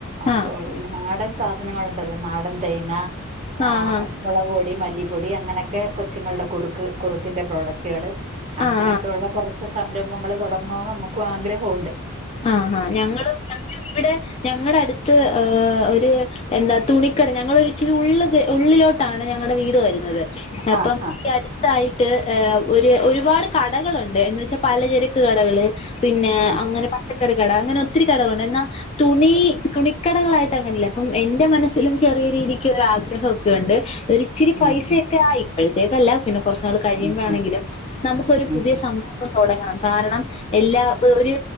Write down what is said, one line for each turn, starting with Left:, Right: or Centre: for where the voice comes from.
Left: ഹാ
Right: അപ്പോ
Left: ആഹ്
Right: ഈ നാടൻ സാധനങ്ങളുണ്ടല്ലോ നാടൻ തേങ്ങ ആ
Left: ആഹ് ഹാ
Right: എ് മുളക് പൊടി, മല്ലിപ്പൊടി അങ്ങനെ ക്കെ കൊച്ചുങ്ങൾടെ കുറുക്ക് കുറുക്കിൻ്റെ പ്രോഡക്ടുകൾ അങ്ങനൊക്കെ
Left: ആഹ് ആഹ്
Right: ഉള്ള കൊ റച്ച് സംരംഭങ്ങൾ തുടങ്ങണോന്ന് നമുക്കും ആഗ്രഹോണ്ട്
Left: ആഹ് ആഹ് ഞങ്ങള് ഞങ്ങള് ഇവിടെ ഞങ്ങടെ അടുത്ത് ഏ ഒരു എന്താ തുണിക്കട ഞങ്ങളൊച്ചിരി ഉള്ള് കേ ഉള്ളിലോട്ടാണ് ഞങ്ങടെ വീട് വരുന്നത് അപ്പം
Right: ആ ആ
Left: ഈ അടുത്തായിട്ട് എ ഒരു ഒരുപാട് കടകളുണ്ട് എന്ന് വെച്ചാ, പലചരക്ക് കടകള് പിന്നെ
Right: ആ
Left: അങ്ങനെ പച്ചക്കറി കട അങ്ങനെ ഒത്തിരി കടകളുണ്ട് എന്നാ തുണി തുണിക്കടകളായിട്ട് അങ്ങനില്ല അപ്പം എന്റെ മനസ്സി ലും ചെറിയ രീതിക്ക് ഒരാഗ്രഹൊക്കെണ്ട് ഒരിച്ചിരി
Right: ഉം
Left: പൈസൊക്കെ
Right: ഉം
Left: ആയി ഇപ്പോഴത്തേക്കല്ല പിന്നെ കുറച്ചു നാള് കഴിയുമ്പോ
Right: ഉം
Left: ആണെങ്കിലും
Right: ഉം
Left: നമുക്കൊരു
Right: ഉം
Left: പുതിയ സംഭ ഭം തുടങ്ങാം കാരണം എല്ലാ ഒരു